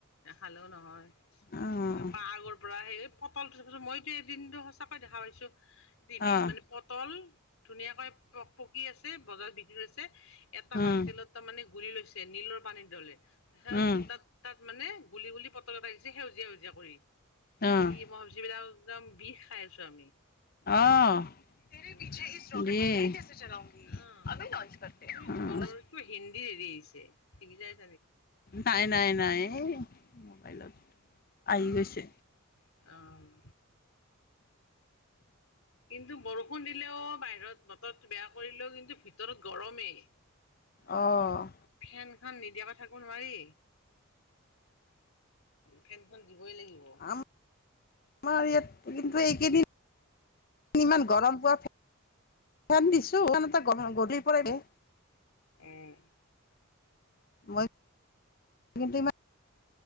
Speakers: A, on the left (about 75°); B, on the left (about 45°).
A: নাখালেও নহয়,
B: অঁ
A: এ পাৰাগৰ পৰা সেই পটলটো চাবাচোন, মইতো এদিনটো সঁচাক দেখা পাইছো। টিভিত
B: অঁ
A: মানে পটল ধুনীয়াকৈ প পকি আছে বজাৰত বিক্ৰী হৈ, এটা
B: অঁ
A: বন্তিলত তাৰমানে গুৰি লৈছে নীলৰ পানী দলে। সেয়াত
B: অঁ
A: তাত, তাত মানে গুলি, গুলি পটল বাক দিছে, সেউজীয়া, সেউজীয়া কৰি
B: অঁ
A: ই মই ভাবিচিলো আৰু, একদম বিষ খাই আছো আমি।
B: অহ'।
A: সেনেকুৱা
B: মেৰে পিছ <inaudible> উহ কেছে সালৌগী,
A: অ'
B: আবে নস্কি।
A: এই ঘৰৰ কিবা হিন্দী এৰি আহিছে, কিবা যে
B: নাই, নাই, নাই মোবাইলত। আহি
A: আহ',
B: গৈছে
A: আহ'। কিন্তু বৰষুণ দিলেও বাহিৰত, বতৰটো বেয়া কৰিলেও কিন্তু ভিতৰত গৰমেই।
B: অহ'।
A: ফেনখন নিদিয়াকৈ থাকিব নোৱাৰি। ফেনখন দিবই লাগিব।
B: আম, আমাৰ ইয়াত কিন্তু এইকেইদিন ইমান গৰম পোৱা ফেন, ফেন দিছো। টো ফেন এটা গ-গধূলি পৰাই দিয়ে।
A: উম,
B: মই কিন্তু ইমান